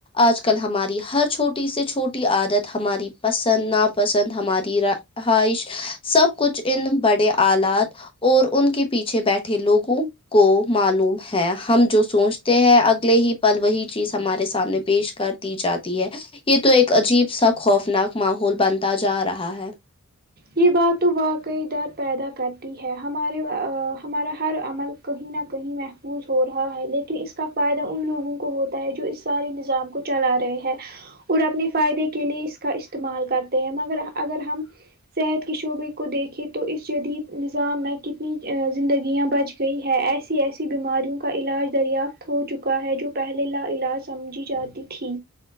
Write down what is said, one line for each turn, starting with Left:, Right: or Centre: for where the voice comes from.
Left: آج کل ہماری ہر چھوٹی سے چھوٹی عادت ہماری پسند ناپسند ہماری ر خائش سب کچھ ان بڑے آلات اور ان کے پیچھے بیٹھے لوگوں کو معلوم ہے ہم جو سوچتے ہیں اگلے ہی پل وہی چیز ہمارے سامنے پیش کر جاتی ہے یہ تو ایک عجیب سا خوفناک ماحول بنتا جا رہا ہے
Right: یہ بات تو واقعی در پیدا کرتی ہے ہمارے ہمارا ہر عمل کہیں نہ کہیں محفوظ ہو رہا ہے لیکن اس کا فائدہ ان لوگوں کو ہوتا ہے جو اس سارے نظام کو چلا رہے ہے اور اپنے فائدے کے لیے اس کا استعمال کرتے ہیں مگر اگر ہم صحت کے شعبے کو دیکھے تو اس جدید نظام میں کتنی زندگیاں بچ گئی ہے ایسی ایسی بیماریوں کا علاج دریافت ہو چکا ہے جو پہلے لا علاج سمجھی جاتی تھی